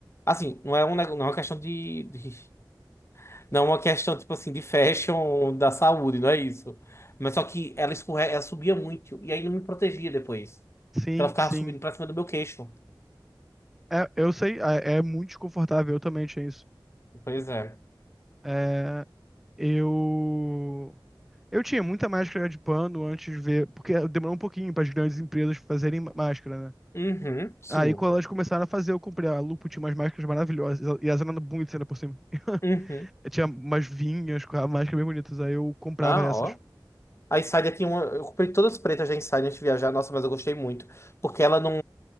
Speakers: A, on the left (about 30°); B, in the centre.
A: Assim, não é, um, nego- não é uma questão de, de- <laughs> Não é uma questão, tipo assim, de fashion da saúde, não é isso. Mas só que ela escorre, ela subia muito e aí não me protegia depois.
B: sim,
A: Porque Ela ficava
B: sim.
A: subindo pra cima do meu queixo.
B: É, eu sei, é, é muito desconfortável, eu também tinha isso.
A: Pois é.
B: É, eu. Eu tinha muita máscara de pano antes de ver, porque demorou um pouquinho para as grandes empresas fazerem ma- máscara, né?
A: Uhum, sim.
B: Aí quando elas começaram a fazer, eu comprei. A Lupo tinha umas máscaras maravilhosas. E elas eram bonitas ainda por cima. <laughs>
A: Uhum.
B: Eu Tinha umas vinhas com a máscara bem bonitas. Aí eu comprava
A: Ah,
B: essas.
A: ó. A Insider tinha uma. Eu comprei todas as pretas da Insider antes de viajar. Nossa, mas eu gostei muito. Porque ela não.